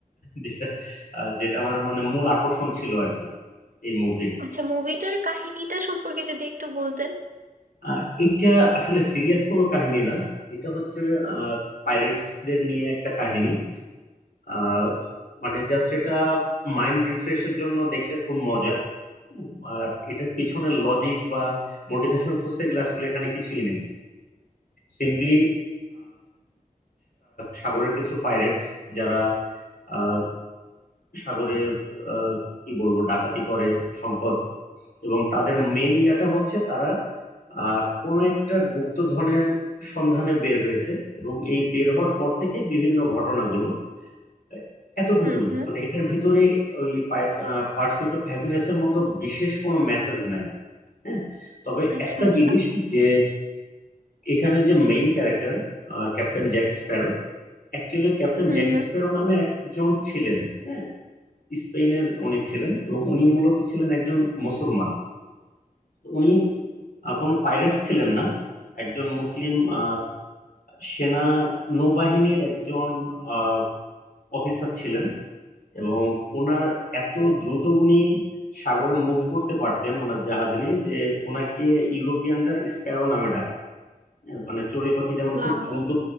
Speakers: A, on the left; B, on the right.
A: যেটা আহ, যেটা আমার মানে মূল আকর্ষণ ছিল আর কি এই মুভির
B: আচ্ছা মুভিটার কাহিনীটা সম্পর্কে যদি একটু বলতেন
A: আর এটা আসলে সিরিয়াস কোনো কাহিনী না এটা হচ্ছে পাইরেটস দের নিয়ে একটা কাহিনী আহ, মানে জাস্ট এটা মাইন্ড রিফ্রেশের জন্য দেখলে খুব মজার আর এটার পিছনে লজিক বা মোটিভেশন খুঁজতে গেলে আসলে এখানে কিছুই নেই সিম্পলি সাগরের কিছু পাইরেটস যারা আহ, সাগরে আহ, কি বলবো ডাকাতি করে সম্পদ এবং তাদের মেইন ইয়াটা হচ্ছে তারা আহ কোনো একটা গুপ্ত ধনের সন্ধানে বের হয়েছে এবং এই বের হওয়ার পর থেকে বিভিন্ন ঘটনাগুলো আহ, এতটুকুই
B: হুম হুম
A: মানে এটার ভিতরে ওই পার্সুইট অফ হ্যাপিনেস এর মতো বিশেষ কোনো মেসেজ নাই হ্যাঁ তবে
B: আচ্ছা
A: একটা
B: আচ্ছা
A: জিনিস যে এখানে যে main character captain Jack Sparrow actually captain
B: হুম
A: Jack
B: হুম
A: Sparrow নামে একজন ছিলেন হ্যাঁ স্পেনের উনি ছিলেন এবং উনি মূলত ছিলেন একজন মুসলমান উনি আহ, কোনো পাইরেট ছিলেন না একজন মুসলিম আহ, সেনা নৌবাহিনীর একজন আহ, অফিসার ছিলেন এবং ওনার এত দ্রুত উনি সাগরে মুভ করতে পারতেন ওনার জাহাজ নিয়ে যে ওনাকে ইউরোপিয়ানরা স্প্যারো নামে ডাকতো আহ, মানে চড়ুই পাখি যেমন
B: ওয়াও
A: খুব দ্রুত